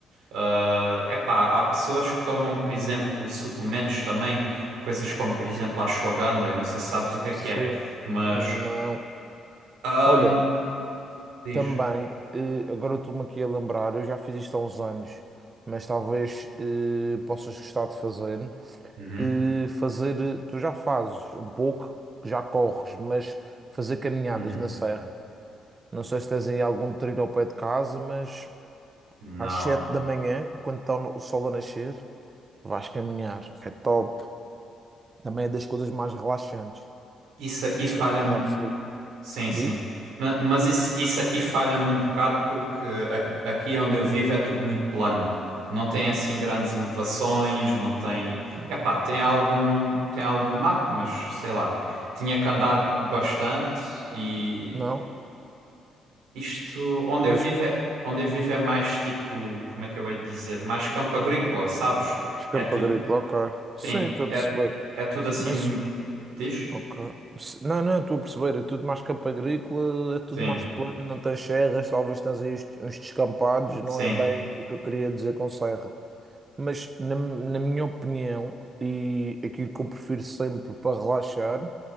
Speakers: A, on the right (about 85°); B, on the right (about 30°).
A: Ah, epá, há pessoas que tomam, por exemplo, suplementos também, coisas como, por exemplo, a ashwagandha. Eu não sei se sabes o que é
B: Sim,
A: que é, mas.
B: não.
A: ahm,
B: Olha,
A: Diz.
B: também, eh, agora eu estou-me aqui a lembrar, eu já fiz isto há uns anos, mas talvez eh, possas gostar de fazer.
A: Uhum,
B: Eh, fazer, eh, tu já fazes um pouco, já corres, mas fazer caminhadas
A: uhum.
B: na serra. Não sei se tens aí algum trilho ao pé de casa, mas
A: Não.
B: às 7 da manhã, quando está o sol a nascer. Vais caminhar, é top. Também é das coisas mais relaxantes,
A: Isso aqui
B: de
A: falha-me
B: certeza
A: um
B: absoluta.
A: Sim, sim.
B: Diz?
A: Ma- Mas isso, isso aqui falha-me um bocado porque a- aqui onde eu vivo é tudo muito plano. Não tem assim grandes elevações, não tem.
B: Hum.
A: Epá, tem algum, tem algum mato, mas sei lá. Tinha que andar bastante e
B: Não?
A: isto onde
B: Pois,
A: eu vivo é, onde eu vivo é mais tipo, como é que eu hei de dizer? Mais campo agrícola, sabes?
B: pois campo
A: É tudo,
B: agrícola, ok.
A: sim,
B: Sim, estou a
A: é,
B: perceber.
A: é tudo assim,
B: Mas,
A: diz?
B: ok. Se- Não, não, estou a perceber. É tudo mais campo agrícola, é tudo
A: Sim,
B: mais plano, não tens serras, talvez tens aí uns, uns descampados,
A: sim.
B: não é bem o que eu queria dizer com serra. Mas na, na minha opinião, e aquilo que eu prefiro sempre para relaxar,